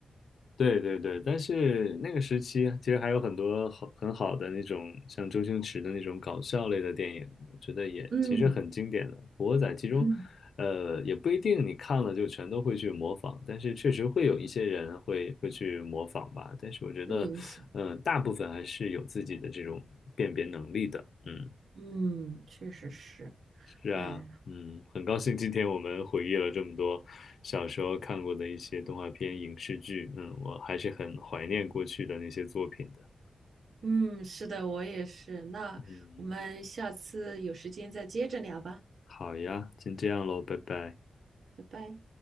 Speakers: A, on the left (about 70°); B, on the right (about 70°).
A: 对对对，但是那个时期啊其实还有很多好很好的那种像周星驰的那种搞笑类的电影，我觉得也其实很经典的。
B: 嗯
A: 古惑仔其中，
B: 嗯。
A: 呃，也不一定你看了就全都会去模仿，但是确实会有一些人会会去模仿吧。但是我觉得，
B: 受影响。
A: 嗯、大部分还是有自己的这种辨别能力的。嗯
B: 嗯，确实是。
A: 是啊，
B: 哎，
A: 嗯，很高兴今天我们回忆了这么多小时候看过的一些动画片、影视剧，嗯，我还是很怀念过去的那些作品的。
B: 嗯，是的，我也是。那我们下次有时间再接着聊吧，
A: 嗯，好呀，先这样喽，拜拜。
B: 拜拜。